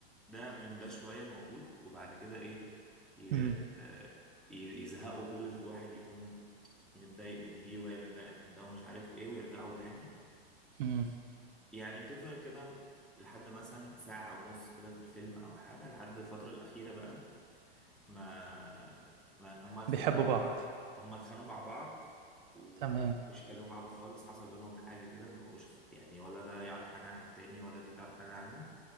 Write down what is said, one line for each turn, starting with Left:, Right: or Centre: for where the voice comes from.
Centre: ده من ده شوية موجود وبعد كده ايه ي-
Right: امم
Centre: آه، ي- يزهقوا كل واحد يكون متضايق من دي وهي متضايقة من ده ومش عارف ايه ويرجعوا تاني
Right: امم
Centre: يعني بتفضل كده لحد مثلا ساعة ونص كده في الفيلم أو حاجة لحد الفترة الأخيرة بقى ما ما إن هما اتخانقوا
Right: بيحبوا
Centre: مع
Right: بعض
Centre: بعض هما اتخانقوا مع بعض ومبقوش
Right: تمام
Centre: يكلموا بعض خالص حصل بينهم حاجة كده فمبقوش خ- يعني ولا ده يعرف حاجة عن التاني ولا دي تعرف حاجة عنه